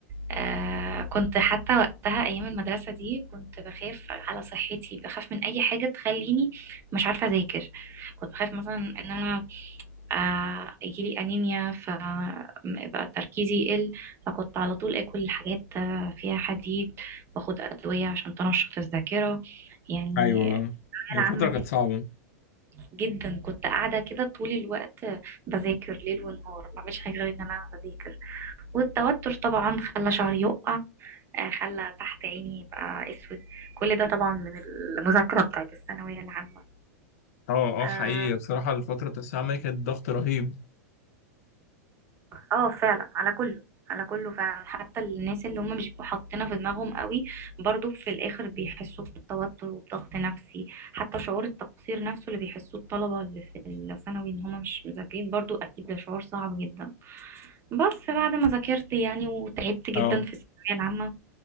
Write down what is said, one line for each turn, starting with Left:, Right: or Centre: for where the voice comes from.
Right: آه كنت حتى وقتها أيام المدرسة دي كنت بخاف على صحتي بخاف من أي حاجة تخليني مش عارفة أذاكر كنت بخاف مثلا إن أنا آه، يجيلي أنيميا فبقى تركيزي يقل فكنت على طول أكل حاجات آه، فيها حديد باخد أدوية عشان تنشط الذاكرة يعني
Left: ايوه
Right: الثانوية
Left: هي
Right: العامة
Left: فترة
Right: دي
Left: كانت صعبة
Right: جدا كنت قاعدة كده طول الوقت بذاكر ليل ونهار ما بعملش حاجة غير إن أنا بذاكر والتوتر طبعا خلى شعري يقع آه، خلى تحت عيني يبقى أسود كل ده طبعا من المذاكرة بتاعت الثانوية العامة
Left: اه
Right: آه،
Left: اه حقيقي بصراحة الفترة بتاعت الثانوية العامة دي كانت ضغط رهيب
Right: اه فعلا على كله على كله فعلا حتى الناس اللي هم مش بيبقوا حاطينها في دماغهم قوي برضو في الاخر بيحسوا بالتوتر وبضغط نفسي حتى شعور التقصير نفسه اللي بيحسوه الطلبة اللي في الثانوي ان هم مش مذاكرين برضو اكيد ده شعور صعب جدا بس بعد ما ذاكرت يعني وتعبت جدا
Left: اه
Right: في الثانوية العامة